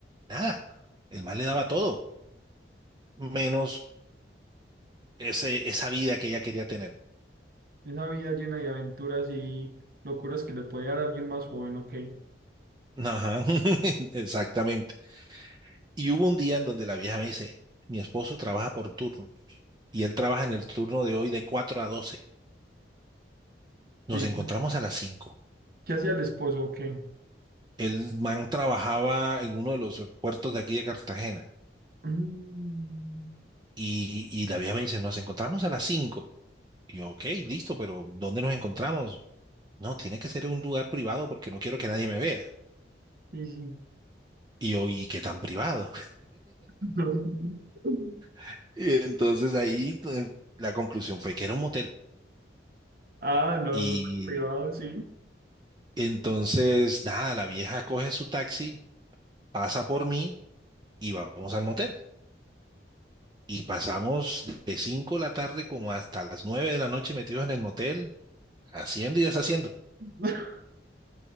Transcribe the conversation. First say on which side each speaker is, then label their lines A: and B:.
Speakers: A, on the right (about 25°); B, on the right (about 50°).
A: nada. El más le daba todo menos ese, esa vida que ella quería tener.
B: Esa vida llena de aventuras y locuras que le puede dar a alguien más joven, ¿o qué?
A: Ajá, <laughs> exactamente. Y hubo un día en donde la vieja me dice, mi esposo trabaja por turno y él trabaja en el turno de hoy de cuatro a doce
B: Sí,
A: Nos encontramos
B: ¿qué
A: a las cinco
B: hacía el esposo, o qué?
A: El man trabajaba en uno de los puertos de aquí de Cartagena
B: Mm,
A: y, y la vieja me dice, nos encontramos a las cinco Y yo, ok, listo, pero ¿dónde nos encontramos? No, tiene que ser en un lugar privado porque no quiero que nadie me vea.
B: sí, sí.
A: Y yo, ¿y qué tan privado?
B: <laughs>
A: <laughs> Y entonces ahí eh, la conclusión fue que era un motel.
B: Ah, no,
A: Y
B: súper privado, sí.
A: entonces, nada, la vieja coge su taxi, pasa por mí y vamos al motel. Y pasamos de 5 de la tarde como hasta las 9 de la noche metidos en el motel, haciendo y deshaciendo.
B: <laughs>